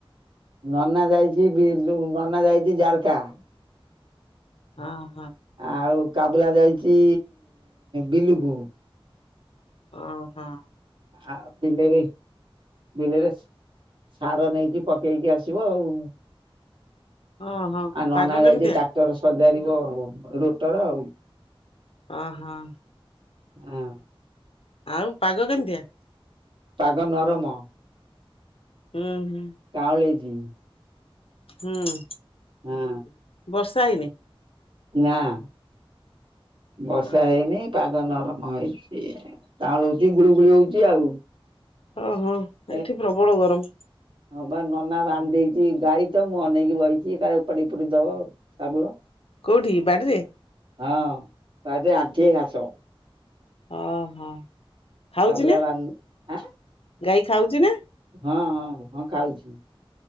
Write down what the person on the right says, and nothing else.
ନନା ଯାଇଛି ବିଲୁ ନନା ଯାଇଛି ଜାରକା।
ଆଉ କାବୁଲା ଯାଇଛି ବିଲୁକୁ।
ଆ ବିଲରେ ବିଲରେ ସାର ନେଇକି ପକେଇକି ଆସିବ ଆଉ।
ନନା
ଯାଇଛି
ଟ୍ରାକ୍ଟର ରଟର ସଜାରିବ ଆଉ ରୋଟର ଆଉ।
ହଁ।
ପାଗ ନରମ।
କାଅଁଳ ହେଇଚି।
ହଁ
ନାଁ। ବର୍ଷା
ହେଇନି ପାଗ ନରମ ହେଇଛି। କାଅଁଳ ହଉଛି ଗୁଳୁଗୁଳି ହଉଛି ଆଉ।
ଏ
ହଁ ବା ନନା ବାନ୍ଧି ଦେଇଛି ଗାଈ ତ ମୁଁ ଅନେଇକି ବଇଛି କାଳେ ଉପାଡି ଉପଡି ଦବ ସାବୁଳ।
ହଁ ତା ଯୋଉ ଆଣ୍ଠିଏ ଘାସ।
କାବୁଲା
ବାନ୍ଧ ଆଁ
ହଁ, ହଁ, ହଁ ଖାଉଛି।